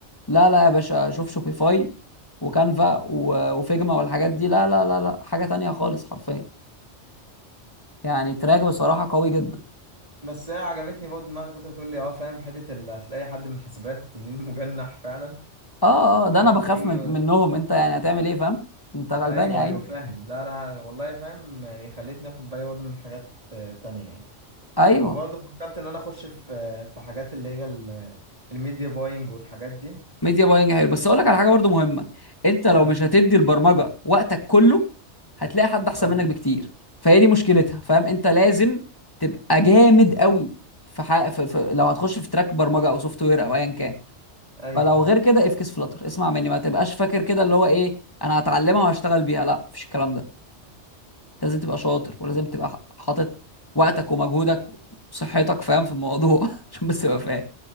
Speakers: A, on the left; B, on the right.
A: لا لا يا باشا شوف شوبيفاي وكانفا و- وفيجما والحاجات دي لا لا لا لا حاجه تانية خالص حرفيا يعني تراك بصراحه قوي جدا
B: بس هي عجبتني برضه دماغك وانت بتقول لي اه فاهم حته اللي هتلاقي حد من حسابات تنين مجنح فعلا
A: اه اه ده
B: هتلاقيه
A: انا بخاف من منهم انت يعني هتعمل ايه فاهم انت غلبان
B: ايوه
A: يا عيني
B: ايوه فاهم لا لا والله فاهم يعني خليتني اخد بالي برضه من حاجات آه، تانية يعني
A: ايوه
B: وبرضه فكرت ان انا اخش في في حاجات اللي هي ال- الميديا باينج والحاجات دي
A: ميديا باينج حلو بس اقول لك على حاجه برضو مهمه انت
B: قول
A: لو
B: لي
A: مش هتدي البرمجه وقتك كله هتلاقي حد احسن
B: اه
A: منك بكتير فهي دي مشكلتها فاهم انت لازم تبقى جامد قوي في, حق... في... في... لو هتخش في تراك برمجه او سوفت وير او ايا كان
B: ايوه
A: فلو
B: ايوه
A: غير كده افكس فلتر اسمع مني ما تبقاش فاكر كده اللي هو ايه انا هتعلمها وهشتغل بيها لا مفيش الكلام ده أنت لازم تبقى شاطر ولازم تبقى ح- حاطط وقتك ومجهودك وصحتك فاهم في الموضوع <laughs> عشان بس تبقى فاهم